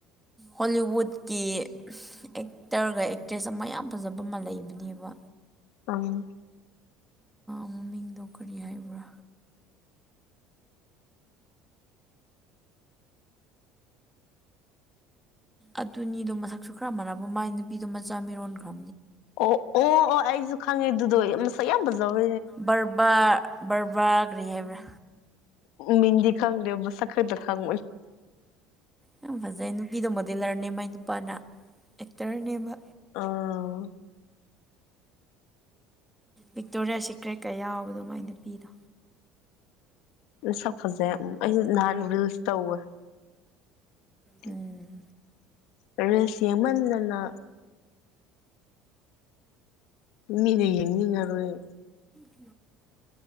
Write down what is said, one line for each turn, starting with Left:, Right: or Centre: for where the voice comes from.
Centre: ꯍꯣꯂꯤꯋꯨꯠꯀꯤ ꯑꯦꯛꯇꯔꯒ ꯑꯦꯛꯇ꯭ꯔꯦꯁ ꯑꯃ ꯌꯥꯝ ꯐꯖꯕ ꯑꯃ ꯂꯩꯕꯅꯦꯕ
Left: ꯑꯪ
Centre: ꯃꯃꯤꯡꯗꯣ ꯀꯔꯤ ꯍꯥꯏꯕ꯭ꯔꯥ ꯑꯗꯨꯅꯤꯗꯣ ꯃꯁꯛꯁꯨ ꯈ꯭ꯔꯃꯔꯕ ꯃꯥꯏ ꯅꯨꯄꯤꯗꯣ ꯃꯆꯥ ꯃꯤꯔꯣꯟꯈ꯭ꯔ
Left: ꯑꯣ ꯑꯣ ꯑꯣ ꯑꯩꯁꯨ ꯈꯪꯉꯤꯗꯨꯗꯣ ꯃꯁꯛ ꯌꯥꯝ ꯐꯖꯧꯕ
Centre: ꯕꯔꯕꯥ ꯕꯔꯕꯥ ꯒ꯭ꯔꯤꯍꯦꯕ꯭ꯔꯥ
Left: ꯃꯤꯡꯗꯤ ꯈꯪꯗꯦ ꯃꯁꯛ ꯈꯩꯗ ꯈꯪꯕꯅꯤ
Centre: ꯌꯥꯝ ꯐꯖꯩ ꯅꯨꯄꯤꯗꯣ ꯃꯣꯗꯤꯂꯔꯅꯦ ꯃꯥꯏ ꯅꯨꯄꯥꯅ ꯑꯦꯛꯇꯔꯅꯦꯕ
Left: ꯑꯥ
Centre: ꯕꯤꯛꯇꯣꯔꯤꯌꯥ ꯁꯤꯀ꯭ꯔꯦꯠꯀ ꯌꯥꯎꯕ ꯑꯗꯨꯃꯥꯏ ꯅꯨꯄꯤꯗꯣ
Left: ꯁꯛ ꯐꯖꯩ ꯑꯩꯁꯨ ꯅꯥꯟ ꯔꯤꯜꯁ ꯇꯧꯋꯦ <unintelligible>
Centre: ꯎꯝ
Left: ꯔꯤꯜꯁ ꯌꯦꯡꯃꯟꯗꯅ ꯃꯤꯅ ꯌꯦꯡꯅꯤꯡꯉꯔꯣꯏ
Centre: <unintelligible>